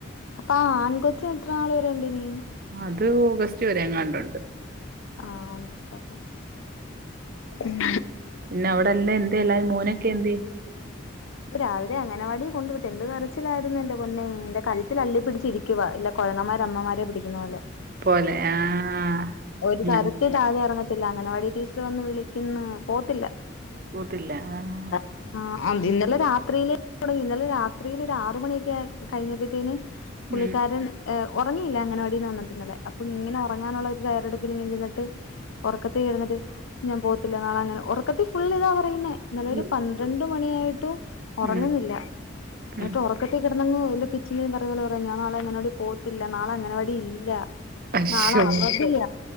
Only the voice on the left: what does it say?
ആ ആൺ കൊച്ച് എത്ര നാള് വരെണ്ട് ഇനി
ആഹ് ഉണ്ട് ഇപ്പേ ഉം
രാവിലെ അംഗനവാടി കൊണ്ടു വിട്ടു എന്ത് കരച്ചിലായിരുന്നു എൻ്റെ പൊന്നെ എന്റെ കളുത്തിൽ അള്ളി പിടിച്ചിരി ഇരിക്കുവാ ഇല്ല കൊരങ്ങൻമാര് അമ്മമാരെ പിടിക്കുന്ന പോലെ
ഒരു
താര ത്തില് താഴെ ഇറങ്ങത്തില്ല അംഗനവാടി ടീച്ചർ വന്ന് വിളിക്കുന്നു പോകത്തില്ല
ആഹാ അം ഇന്നലെ രാത്രിയില് തുടങ്ങി ഇന്നലെ രാത്രിയില് ഒരു ആറ് മണിയൊക്കെ ആയ് കഴിഞ്ഞപ്പത്തേന് പുള്ളിക്കാരൻ
ഏഹ് ഉറങ്ങിയില്ല അംഗനവാടിന്ന് വന്നപ്പോ ഇന്നലെ അപ്പൊ ഇങ്ങനെ ഉറങ്ങാനുള്ള തയ്യാറെടുപ്പിൽ ഇങ്ങനെ ഇരുന്നിട്ട് ഉറക്കത്തി ഇരുന്നിട്ട് ഞാൻ പോകത്തില്ല നാളെങ്ങനെ ഉറക്കത്തി ഫുള്ള് ഇതാ പറയുന്നേ ഇന്നലെ
ഒരു പന്ത്രണ്ട് മണിയായിട്ടും
ഉറങ്ങുന്നില്ല എന്നിട്ട്
തൊട്ടി കിടന്ന് അങ്ങ് എന്ത് പിച്ചും പേയും പറയുന്ന പോലെ പറയ ഞാൻ നാളെ അംഗനവാടി പോകത്തില്ലാ നാളെ അംഗനവാടി ഇല്ല
നാളെ അവധിയ